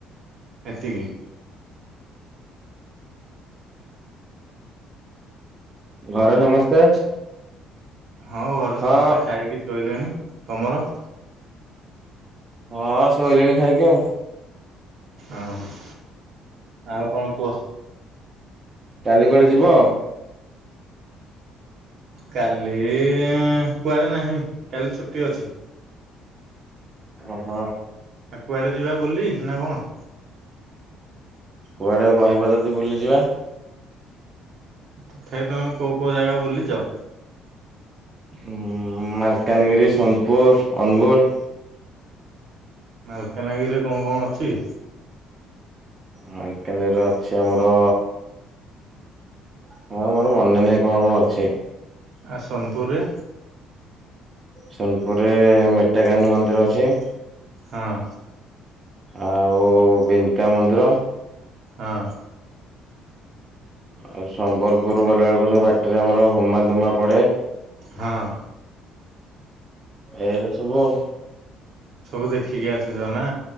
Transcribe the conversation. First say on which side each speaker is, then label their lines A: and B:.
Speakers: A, on the right (about 60°); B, on the right (about 30°).
A: ଏତିିକି।
B: ଘରେ ସମସ୍ତେ?
A: ହଁ ଘରେ ସମସ୍ତେ
B: ହଁ
A: ଖାଇକି ଶୋଇଲେଣି। ତମର?
B: ହଁ ଶୋଇଲେଣି ଖାଇକି ଆଉ।
A: ଓହୋ ଆଉ କଣ କୁହ?
B: କାଲି କୁଆଡେ ଯିବ?
A: କାଲି କୁଆଡେ ନାହିଁ। କାଲି ଛୁଟି ଅଛି।
B: ଓହୋ।
A: ଆ କୁଆଡେ ଯିବା ବୁଲି ନା କଣ?
B: କୁଆଡ଼େକୁ କହିବ ଯଦି ବୁଲିଯିବା।
A: ତଥାପି ତୁମେ କେଉ କେଉ ଜାଗା ବୁଲିଚ?
B: ଉଁ -ଉଁ ମାଲକାନଗିରି, ସୋନପୁର, ଅନୁଗୁଳ
A: ମାଲକାନଗିରିରେ କଣ କଣ ଅଛି?
B: ମାଲକାନାଗିରୀରେ ଅଛି ଆମର <unintelligible> ମୋର ମନେ ନାହିଁ କଣ କଣ ଅଛି।
A: ଆ ସୋନପୁରରେ?
B: ସୋନପୁରରେ ମେଟାକାନୀ ମନ୍ଦିର ଅଛି।
A: ହଁ।
B: ଆଉ ବିନକା ମନ୍ଦିର
A: ହଁ।
B: ଆଉ ସମ୍ବଲପୁର ଗଲା ବେଳକୁ ଯୋଉ ବାଟରେ ଆମର ହୁମା ଧୁମା ପଡେ।
A: ହଁ।
B: ଏଗୁରା ସବୁ ଆଉ।
A: ସବୁ ଦେଖିକି ଆସିଛ ନା?